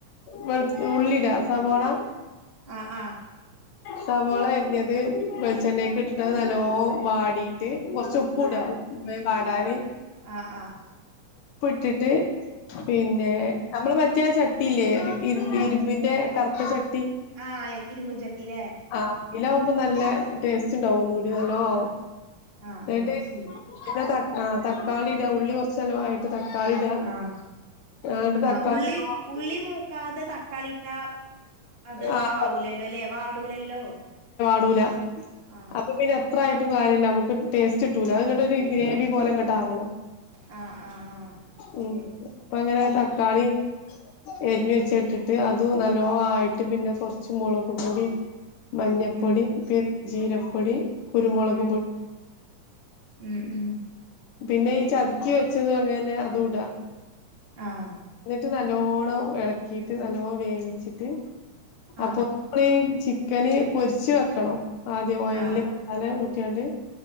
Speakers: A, on the left; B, on the right.
A: വെൾത്തുള്ളിടാ സവാള
B: ആഹ് ആഹ്
A: സവോളയിരിഞ്ഞത് വെളിച്ചെണ്ണേക്ക് ഇട്ടിട്ട് നല്ലോ വാടീട്ട് കുർച്ച് ഉപ്പൂട
B: ആഹ്
A: ഉ എ പാടാൻ
B: ആഹ് ആഹ്
A: ഇട്ടിട്ട് പിന്നെ
B: ഉം
A: നമ്മൾ പറ്റിയ ചട്ടിയില്ലേ ഒരു ഇരുമ്പിന്റെ കറുത്ത ചട്ടി
B: ആഹ് ഇരുമ്പും ചട്ടില്ലേ
A: ആ ഇലകുമ്പോ നല്ല ണ്ടാവും ഒന്നൂടി
B: ആഹ്
A: നല്ലോ
B: ആഹ്
A: ആവും
B: ആഹ്
A: <unintelligible>
B: ആഹ് ശരി
A: ആഹ് തക്കാളി ഇടാ ഉള്ളി കുറച്ചാൽ ആയിട്ട് തക്കാളി ഇടാ
B: ആഹ്
A: ആട്ട് തക്കാളി
B: ആ ഉള്ളി ഉള്ളി മൂക്കാതെ തക്കാളി ഇട്ടാ അത്
A: ആഹ്
B: ആവൂലല്ലോ ലെ വാടൂലല്ലോ
A: ആവൂല
B: ആഹ്
A: അപ്പ പിന്നെ എത്ര ആയിട്ട് ഒരു കാര്യല്ല നമുക്ക് ടേസ് ച്ചിട്ടൂല അങ്ട്ടൊര് ഗ്രേവി പോലെങ്ങട്ടാവണം
B: ആഹ് ആഹ് ആഹ്
A: ഉം
B: ശരി
A: അപ്പങ്ങനെ തക്കാളീം എരിഞ്ഞ് വെച്ചിട്ടിട്ട് അതും നല്ലോം ആയിട്ട് പിന്നെ കുറ ച്ച് മുളക് പൊടി മഞ്ഞപ്പൊടി
B: ഉം
A: പി ജീരകപ്പൊടി കുരുമുളക്
B: ഉം
A: പൊട്
B: ഉം ഉം
A: പിന്നെയി ചതച്ചു വെച് ത് അങ്ങനെ അതൂടാ
B: ആഹ്
A: ട്ട് നല്ലോണ്ണം എളക്കിട്ട് നല്ലോ വേവിച്ചിട്ട് അപ്പൊ
B: ആഹ്
A: <unintelligible> ചി ക്കന് പൊരിച്ച് വെക്കണോ ആദ്യം ഓയലില്
B: ആഹ്
A: മസാല <unintelligible> റ്റഡ്